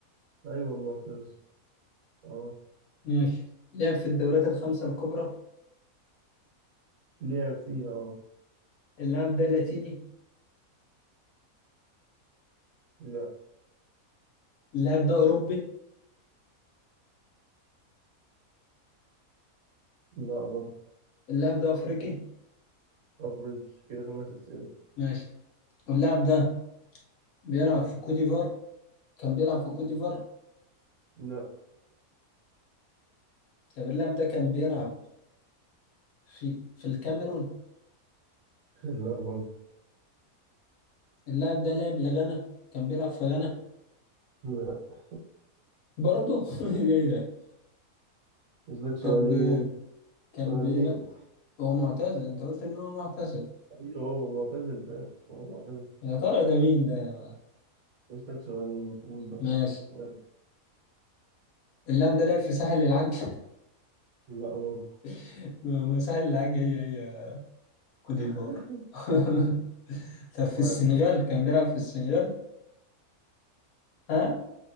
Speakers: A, on the right; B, on the left.
A: أيوة معتزل اه
B: ماشي لعب في الدوريات الخمسة الكبرى
A: لعب فيها اه
B: اللاعب ده لاتيني
A: لا
B: اللاعب ده أوروبي
A: لا برضه
B: اللاعب ده أفريقي
A: أفريقي كده خمس أسئلة
B: ماشي اللاعب ده بيلعب في كوت ديفوار كان بيلعب في كوت ديفوار
A: لا
B: طب اللاعب ده كان بيلعب في في الكاميرون
A: <laughs> لا برضه
B: اللاعب ده لاعب لغانا كان بيلعب في غانا
A: لا
B: برضه <laughs> ايه ده
A: بس لك سؤالين
B: طب كان
A: سؤالين
B: بيلعب هو معتزل انت قلت ان هو معتزل
A: أيوة هو معتزل فعلا هو معتزل
B: يا ترى ده مين ده
A: بس لك سؤالين قول بقى
B: ماشي
A: يلا.
B: اللاعب ده لعب في ساحل العاج
A: لا برضه
B: <laughs> ما ما ساحل العاج هي هي كوت ديفوار
A: <laughs>
B: <laughs> طب في
A: طبعا
B: السنغال
A: الفل
B: كان بيلعب في السنغال ها